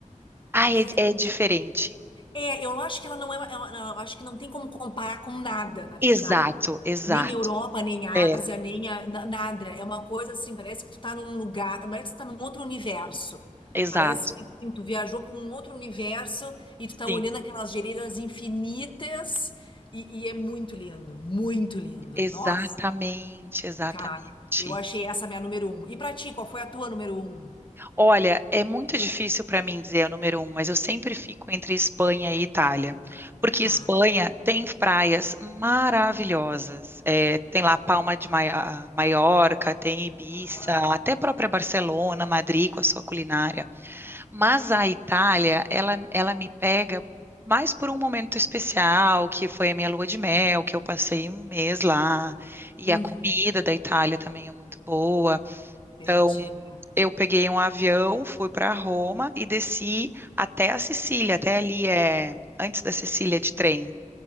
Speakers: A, on the right; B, on the left.
A: ah, é,
B: É,
A: é diferente.
B: É, eu acho que ela não é, ela- ela- eu acho que não tem como comparar com nada, na verdade.
A: Exato, exato,
B: Nem Europa, nem Ásia,
A: é,
B: nem a- na- nada. É uma coisa assim, parece que tu tá num lugar, parece que tu tá num outro universo.
A: exato,
B: Parece que assim, tu viajou para um outro universo e tu tá
A: sim,
B: olhando aquelas geleiras infinitas e, e é muito lindo, muito lindo.
A: exatamente,
B: Nossa,
A: exatamente.
B: cara, eu achei essa minha número um. E pra ti, qual foi a tua número um?
A: Olha, é muito difícil para mim dizer o número um, mas eu sempre fico entre Espanha e Itália, porque
B: Tá.
A: Espanha tem praias maravilhosas. É, tem lá Palma
B: Hum,
A: de Maia- Maiorca, tem Ibiza,
B: Aham.
A: até própria Barcelona, Madrid com a sua culinária. Mas a Itália, ela, ela me pega mais por um momento especial, que foi a minha lua de mel, que eu passei um mês lá, e
B: Uhum.
A: a comida da Itália também é muito boa.
B: Entendi.
A: Então, eu peguei um avião, fui para Roma e desci até a Sicília, até ali é antes da Sicília de trem.